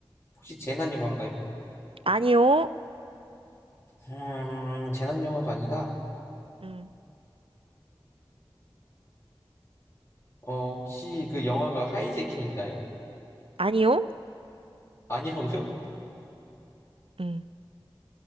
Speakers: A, on the left; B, on the right.
A: 혹시 재난 영화인가요?
B: 아니요.
A: 음, 재난 영화도 아니다.
B: 음.
A: 어, 혹시 그 영화가 하이제킹인가요?
B: 아니요?
A: 아니라고요?
B: 음.